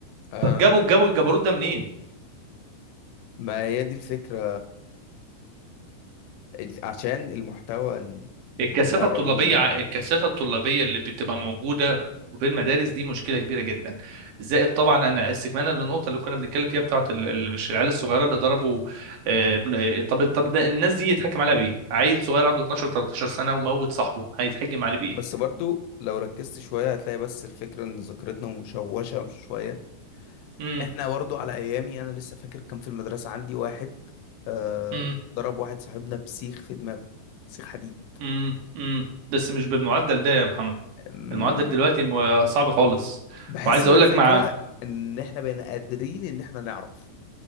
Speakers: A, on the left (about 80°); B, on the right (about 65°).
A: اه
B: طب جابوا جابوا الجبروت ده منين
A: ما هي دي الفكرة ال- عشان المحتوى ال- اللي
B: الكثافه
A: بيتعرضوا
B: الطلابيه
A: له
B: ع- الكثافه الطلابيه اللي بتبقى موجوده في المدارس دي مشكله كبيره جدا زائد طبعا انا استكمالا للنقطه اللي كنا بنتكلم فيها بتاعه ال- ال- العيال الصغيره اللي ضربوا آه، ابن- آه، طب طب ده الناس دي يتحكم عليها بايه عيل صغير عنده 12 13 سنه وموت صاحبه هيتحكم عليه بايه
A: بس برضو لو ركزت شوية هتلاقي بس الفكرة ان ذاكرتنا مشوشة شوية
B: امم
A: احنا برضو على ايامي انا لسه فاكر كان في المدرسه عندي واحد آه
B: امم
A: ضرب واحد صاحبنا بسيخ في دماغه سيخ حديد
B: امم امم بس مش بالمعدل ده يا محمد
A: أم،
B: المعدل دلوقتي م- صعب خالص
A: بحس
B: وعايز
A: ان
B: اقول
A: الفكره
B: لك مع
A: ان احنا بقينا قادرين ان احنا نعرف